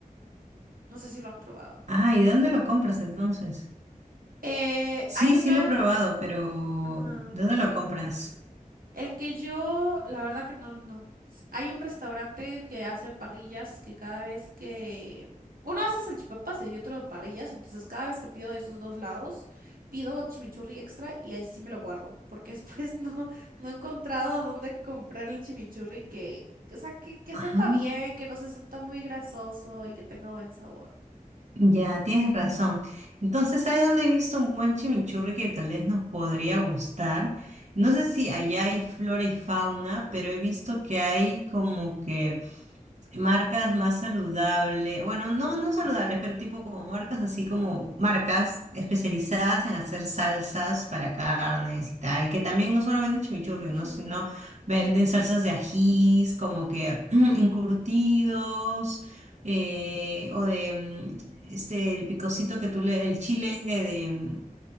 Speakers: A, on the right; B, on the right.
A: No sé si lo has probado.
B: Ah, ¿y de dónde lo compras entonces?
A: Eh,
B: Sí,
A: hay una...
B: sí lo he probado, pero
A: Ajá.
B: ¿de dónde lo compras?
A: El que yo, la verdad que no, no. no. S- Hay un restaurante que hace parrillas que cada vez que... Uno hace salchipapas y otro parrillas, entonces cada vez que pido de esos dos lados, pido chimichurri extra y ahí sí me lo guardo, porque después <laughs> no, no he encontrado dónde comprar el chimichurri que, que- o sea, que, que
B: Ajá.
A: sepa bien, que no se sienta muy grasoso y que tenga buen sabor.
B: Ya, tienes razón. Entonces, ¿sabes dónde he visto un buen chimichurri que tal vez nos podría gustar? No sé si allá hay flora y fauna, pero he visto que hay como que Marcas más saludables, bueno, no, no saludables,
A: Ujú,
B: pero tipo como marcas así como marcas especializadas en hacer salsas para carnes y tal, que también no solo venden chimichurri,
A: ujú,
B: ¿no? sino venden salsas de ajís, como que <clears throat> encurtidos, eh, o de mm, este, el picocito que tú le, el chile eh, de, mm,